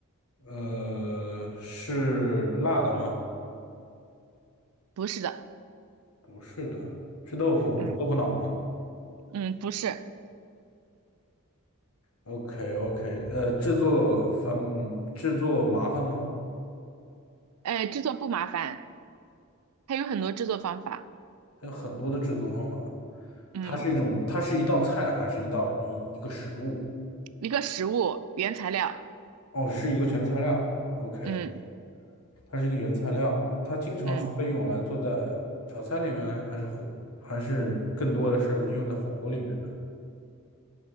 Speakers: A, on the left; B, on the right.
A: 呃，是辣的吗？
B: 不是的，
A: 不是的，是豆腐豆腐脑吗
B: 嗯嗯，不是，
A: ？OK，OK，OK，呃，制作繁制作麻烦吗？
B: 呃，制作不麻烦，它有很多制作方法。
A: 它有很多的制作方法。
B: 嗯
A: 它是一种，它是一道菜，还是一道一一个食物？
B: 一个食物原材料，
A: 哦，是一个原材料。OK，
B: 嗯
A: 它是一个原材料，它经常是被用来做在炒菜里面，
B: 嗯，
A: 还是火，还是更多的是用在火锅里面的，